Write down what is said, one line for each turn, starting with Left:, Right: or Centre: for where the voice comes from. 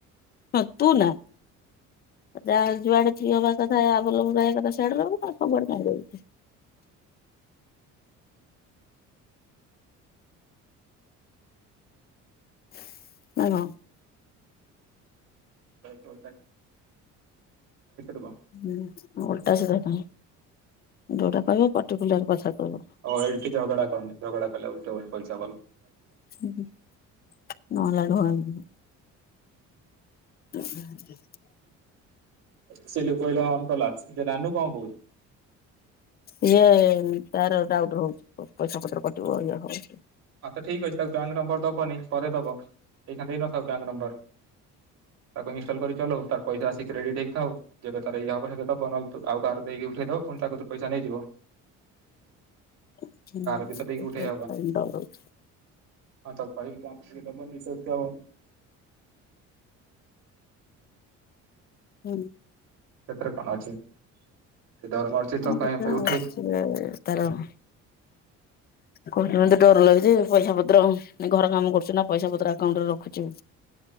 Left: ଖଚହେଲା ଯାହା ଯୁଆଡେ ଫ୍ରି ହବା କଥା ଆଗରୁ କହିଵା କଥା। ଛାଡ ବାବୁ ତାଙ୍କ ଗୁଡା କଣ ଯାଉଚି? <inaudible>
Right: ଆୟତ ରୁ ବା।
Left: ହଁ ଓଲଟା ସେଧା ହେଲାଣି ଯୋଉଟା କହିବ ପଟିକୁଲ କଥା କହିବ।
Right: ଆଉ ଏଇଠି ଝଗଡା କନି ଝଗଡା କଲା ଭିତରେ ମୁଁ ପଇସା ପାଇନି।
Left: <inaudible> <inaudible>
Right: ସେ ଲୋକ କହିଲା ଅନ୍ କଲା ସେ ରାନୁ କଣ କହୁଛି?
Left: ଇଏ ତାର ଡାଉଟ୍ ରହୁଚି ପଇସା ପତ୍ର କଟିବ ଇଏ ହବ।
Right: ଆଉ ତ ଠିକ ଅଛି ତାକୁ ବ୍ୟାଙ୍କ ନମ୍ବର ଦବନି ପରେ ଦବଏଇ ଖିଣା ଦେଇନଥ ବ୍ୟାଙ୍କ ନମ୍ବର। ତାକୁ ଇନ୍ ଷ୍ଟଲ କରି ଚଲଉ ତାର ପଇସା ଆସିଥିଲେ ରେ ଟେ ହେଇକି ଥାଉ। ଯେଉକଥା କରିବାକଥା ସେଇକଥା ହବ ନହେଲେଥଉ ଆଉ କାହାର ଦେଇକି ଉଠେଇଦବା ପୁଣି ତାକତରୁ ପଇସା ନେଇଯିବ।
Left: ହଁ ଟିକେ
Right: ତାର ବି ତ ଦେଇକି ଉଠେଇ
Left: ଥଣ୍ଡା ରହୁଚି।
Right: ଆ ତ କହିବି କଣସିଏ କେମିତି ଶୈକ୍ତି ହବ।
Left: ହୁଁ।
Right: ସେତିରେ କଣ ଅଛି ଏ ଦରମା। ଅଛି ତ
Left: ହ
Right: କାଇଁ
Left: କେତେବେଳ
Right: ପାଇଁ ଉଠେଇବୁ
Left: ବସିବ ତାରଣ।
Right: <inaudible>
Left: କହିଲେ ମତେ ଡର ଲାଗୁଛି। ପଇସା ପତ୍ର ଘର କାମ କରୁଛୁ ନା, ପଇସା ପତ୍ର ଆକାଉଣ୍ଟରେ ରଖୁଛୁ।